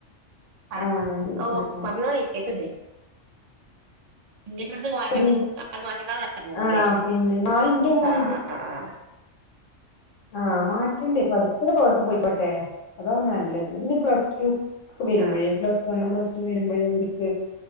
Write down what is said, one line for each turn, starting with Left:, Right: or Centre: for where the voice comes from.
Right: ആഹ്
Left: ആ ശരി
Right: ഓഹ്
Left: ആ
Right: പറഞ്ഞോളി കേക്ക്ണ്ട് ഇംഗ്ലീഷ് മരന്ന് മാറ്റ
Left: മതി
Right: <unintelligible> മാറ്റണ്ടാന്ന് പറഞ്ഞ്
Left: ആ പിന്നെ ഞാൻ ഇന്റെ മോനിത്
Right: ആഹ് ആഹ് ആഹ്
Left: ആഹ് മാറ്റണ്ടേ പഠിക്കണ കോലത്ത്ല് പോയിക്കോട്ടെ അതാ നല്ലത് പിന്നെ പ്ലസ് ടു ഒക്കെ വരുമ്പഴേ
Right: ആഹ്
Left: പ്ലസ് വണ് പ്ലസ് ടു വരുമ്പോഴ അവർക്ക്